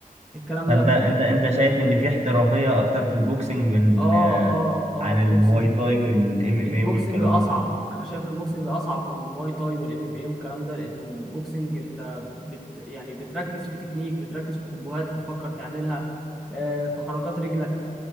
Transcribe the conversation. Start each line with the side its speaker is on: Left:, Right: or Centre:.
Centre: الكلام
Right: فانت
Centre: ده
Right: انت انت شايف ان في احترافيه اكتر في البوكسنج من
Centre: اه
Right: آه،
Centre: اه
Right: عن
Centre: اه البوكسنج
Right: المواي تاي والام ام
Centre: البوكسنج
Right: اي والكلام
Centre: اصعب انا شايف ان البوكسنج اصعب من الماي تاي والام ام اي والكلام ده لانه البوكسنج انت بت يعني بتركز في تكنيك بتركز في كومبوهات بتفكر تعملها آه، تحركات رجل